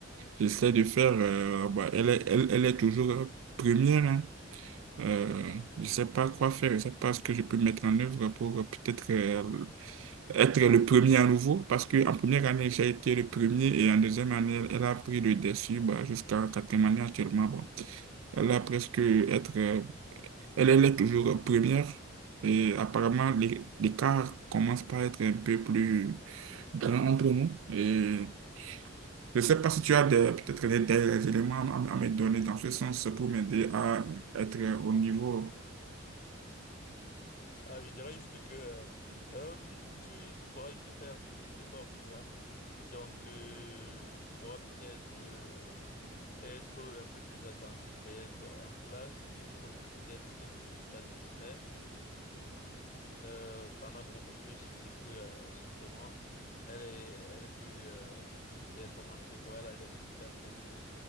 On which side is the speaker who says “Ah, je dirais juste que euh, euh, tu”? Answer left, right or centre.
Left